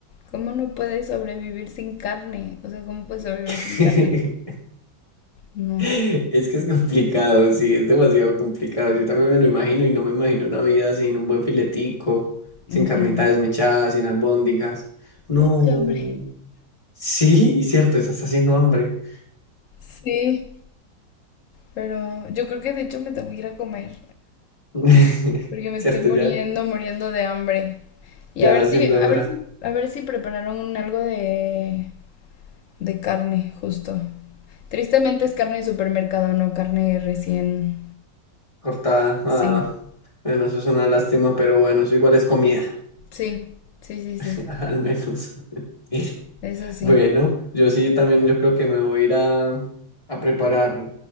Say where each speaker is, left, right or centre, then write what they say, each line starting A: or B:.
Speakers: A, on the left (about 65°); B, on the left (about 15°).
A: ¿Cómo no puedes sobrevivir sin carne? O sea, ¿cómo puedes sobrevivir
B: <laughs>
A: sin carne? No.
B: Es que es complicado, sí, es demasiado complicado. Yo también me lo imagino y no me imagino una vida sin un buen filetico, sin
A: Ujú.
B: carnita desmechada, sin albóndigas. No.
A: No, qué hambre.
B: Sí, cierto, estás haciendo hambre.
A: Sí. Pero yo creo que de hecho me tengo que ir a comer,
B: <laughs>
A: porque me
B: Cierto,
A: estoy muriendo,
B: ya,
A: muriendo de hambre. Y
B: ya
A: a ver
B: va
A: si,
B: siendo
A: a
B: hora.
A: ver si, a ver si prepararon un algo de, de carne, justo. Tristemente es carne de supermercado, no carne recién.
B: Cortada. Ah,
A: Sí.
B: bueno, eso es una lástima, pero bueno, eso igual es comida,
A: Sí, sí, sí,
B: <laughs>
A: sí.
B: al menos. <laughs>
A: Eso sí.
B: Bueno, yo sí también yo creo que me voy a ir a, a preparar.